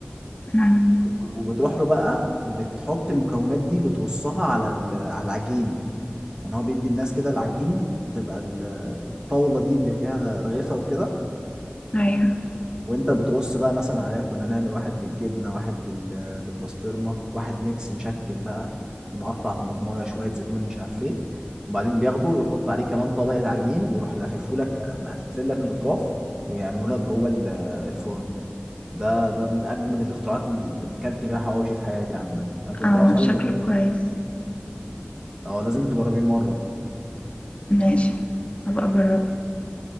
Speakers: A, on the left (about 30°); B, on the right (about 20°).
A: نعم.
B: وب- وبتروح له بقى بتحط المكونات دي بترصها على ال- على العجين يعني هو بيدي الناس كده العجين بتبقى ال- الطاولة دي اللي فيها رغيفة وكده
A: أيوة
B: وانت بترص بقى مثلا عليها كنا نعمل واحد بالجبنه واحد بال... بالبسطرمه واحد ميكس مشكل بقى ونقطع طماطمايه شويه زيتون مش عارف ايه وبعدين بياخده ويحط عليه كمان طبقه عجين ويروح لاففه لك مقفل لك الاطراف ويعمله لك جوه ال- الفرن ده ده من اجمد الاختراعات اللي اللي كلت بيها حواوشي في حياتي عامه انا كنت
A: آه
B: انا واصحابي
A: شكله
B: مدمنين
A: كويس
B: اه لازم تجربيه مره
A: ماشي هبقى أجربه